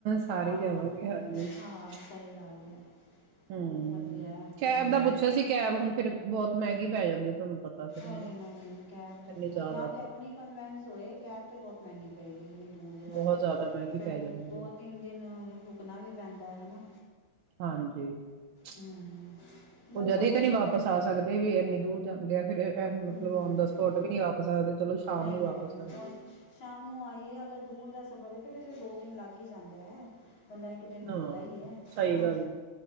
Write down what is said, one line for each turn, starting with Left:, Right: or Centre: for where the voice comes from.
Right: ਸਾਰੇ
Left: ਹਾਂ
Right: ਹੀ ਜਾਵਾਂਗੇ ਹਾਂਜੀ।
Left: ਹਾਂ
Right: <unintelligible>
Left: <unintelligible>
Right: ਹਮ
Left: ਵਧੀਆ ਹੈ
Right: ਕੈਬ
Left: ਹਮ
Right: ਦਾ ਪੁੱਛਿਆ ਸੀ ਕੈਬ ਹੁਣ ਫੇਰ ਬਹੁਤ ਮਹਿੰਗੀ ਪੈ ਜਾਂਦੀ ਹੈ। ਤੁਹਾਨੂੰ ਪਤਾ ਫਿਰ ਹਨਾ
Left: ਅਰੇ ਨਹੀਂ-ਨਹੀਂ ਕੈਬ ਤੇ
Right: ਇੰਨੀ
Left: ਬਹੁਤ
Right: ਜ਼ਿਆਦਾ
Left: ਯਾ ਤੇ ਆਪਣੀ ਕਨਵੈਂਸ ਹੋਏ, ਕੈਬ ਤੇ ਬਹੁਤ ਮਹਿੰਗੀ ਪਏਗੀ ਇੰਨੀ ਦੂਰ ਦੇ ਵਾਸਤੇ,
Right: ਬਹੁਤ ਜ਼ਿਆਦਾ ਮਹਿੰਗੀ
Left: ਫੇਰ
Right: ਪੈ ਜਾਂਦੀ
Left: ਦੋ,
Right: ਹੈ
Left: ਤਿੰਨ ਦਿਨ ਰੁਕਣਾ ਵੀ ਪੈਂਦਾ ਹੈ ਨਾ।
Right: ਹਾਂਜੀ। <unintelligible>
Left: ਹਮ ਬਟ
Right: ਉਹ ਜਦੇ
Left: ਅੱਜ
Right: ਤੇ ਨਹੀਂ
Left: ਕੱਲ੍ਹ
Right: ਵਾਪਸ ਆ ਸਕਦੇ ਵੀ ਇੰਨੀ ਦੂਰ ਜਾਂਦੇ ਆ। <inaudible> ਇਹ ਵੀ
Left: ਹਮ,
Right: ਮਤਲਬ ਆਉਣ ਦਾ ਤੁਹਾਡੇ ਵੀ ਨੀ ਵਾਪਸ ਆ ਸਕਦੇ, ਚਲੋ ਸ਼ਾਮ
Left: ਨਹੀਂ
Right: ਨੂੰ
Left: ਨਹੀਂ
Right: ਵਾਪਸ ਆ ਜਾਓ।
Left: ਉਹ ਸ਼ਾਮ ਨੂੰ ਆਈਏ ਅਗਰ <inaudible> ਤੇ ਫਿਰ ਦੋ ਦਿਨ ਲੱਗ ਹੀ ਜਾਂਦੇ ਹੈ। ਬੰਦਾ ਇੱਕ ਦਿਨ ਰੁਕਦਾ
Right: ਹਾਂ
Left: ਹੀ ਹੈ
Right: ਸਹੀ
Left: ਹੈਨਾ
Right: ਗੱਲ ਹੈ